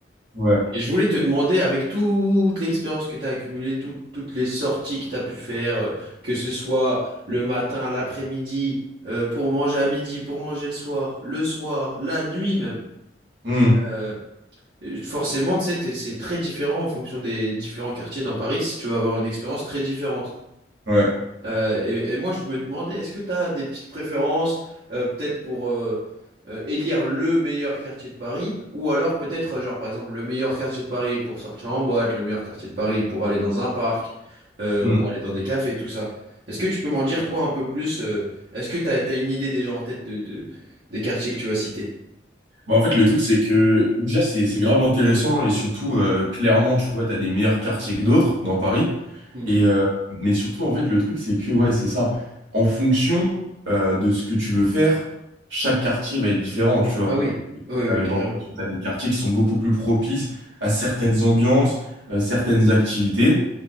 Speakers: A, on the right; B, on the right.
A: Ouais.
B: Et je voulais te demander, avec toute l'expérience que tu as accumulée, tout- toutes les sorties que tu as pu faire, euh, que ce soit le matin, à l'après-midi, euh, pour manger à midi, pour manger le soir, le soir, la nuit même.
A: Mm.
B: euh, euh, forcément, tu sais, t'es- c'est très différent en fonction des différents quartiers dans Paris. Tu vas avoir une expérience très différente.
A: Ouais.
B: Euh, et, et moi, je me demandais, est-ce que tu as des petites préférences, euh, peut-être pour euh, euh, élire le meilleur quartier de Paris, ou alors peut-être, euh, genre par exemple, le meilleur quartier de Paris pour sortir en boîte, le meilleur quartier de Paris pour aller dans un parc, euh,
A: Mm.
B: pour aller dans des cafés, tout ça. Est-ce que tu peux m'en dire, toi, un peu plus, euh, est-ce que tu as, une idée déjà en tête de, de- des quartiers que tu vas citer?
A: Bah, en fait, le truc, c'est que déjà, c'est c'est grave intéressant et surtout, euh, clairement, tu vois, tu as des meilleurs quartiers que d'autres dans Paris.
B: Hmm.
A: Et, euh, mais surtout, en fait, le truc, c'est que, ouais, c'est ça. En fonction euh, de ce que tu veux faire, chaque quartier va être différent, tu vois.
B: Ah oui, oui, oui,
A: Euh,
B: carrément.
A: dans, tu as des quartiers qui sont beaucoup plus propices à certaines ambiances, euh, certaines activités.